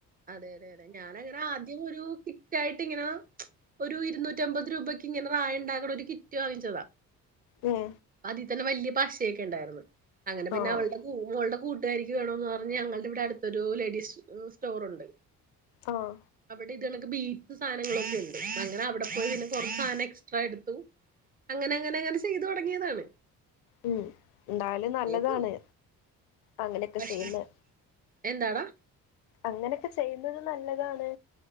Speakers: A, on the right (about 20°); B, on the left (about 55°).
A: അതെ അതെ അതെ ഞാനങ്ങനെ ആദ്യം ഒരു കിറ്റായിട്ട് ഇങ്ങനാ ഒരു ഇരുന്നൂറ്റിമ്പത് രൂപയ്ക്ക് ഇങ്ങനെ റായുണ്ടാക്ക്ണ ഒരു കിറ്റ് വാങ്ങിച്ചത
B: ഉം
A: അതി തന്നെ വല്യ പശയെക്ക ഇണ്ടാര്ന്ന് അങ്ങനെ പിന്ന
B: ആഹ്
A: അവള്ടെ മോള്ടെ കൂട്ടുകാരിക്ക് വേണോന്ന് പർഞ്ഞ് ഞങ്ങള്ടെ ഇവിടെ അടുത്തൊരൂ ലേഡീസ് സ്റ്റോറുണ്ട്
B: ആഹ്
A: അവിടെ ഇത് കണക്ക് ബീറ്റ്സ് സാധനങ്ങളൊക്കെ ഉണ്ട് അങ്ങനെ അവിടെ പോയി പിന്നെ കൊറാച്ച് സാധനം എക്സ്ട്രാ എടുത്തു അങ്ങനങ്ങനങ്ങന ചെയ്തു തൊടങ്ങിയ്വതാണ്
B: ഉം എന്തായാലും നല്ലതാണ്
A: പോവും
B: അങ്ങനെക്കെ
A: പക്ഷേ
B: ചെയ്യ്ന്നെ
A: എന്താടാ
B: അങ്ങനെക്കെ ചെയ്യ്ന്നത് നല്ലതാണ്